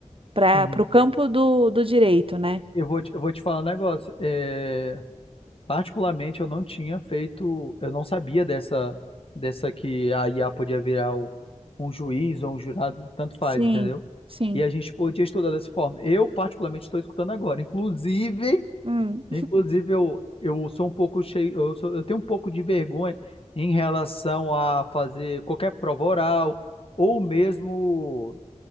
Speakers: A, on the right; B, on the left.
A: para
B: Uhum.
A: o campo do, do direito, né?
B: Eu vou te, eu vou te falar um negócio. É, particularmente, eu não tinha feito, eu não sabia dessa, dessa que a IA podia virar o- um juiz ou um jurado, tanto faz,
A: Sim,
B: entendeu?
A: sim.
B: E a gente podia estudar dessa forma. Eu, particularmente, estou escutando agora. Inclusive,
A: Hum,
B: inclusive eu, eu sou um pouco cheio, eu, sou- eu tenho um pouco de vergonha em relação a fazer qualquer prova oral ou mesmo,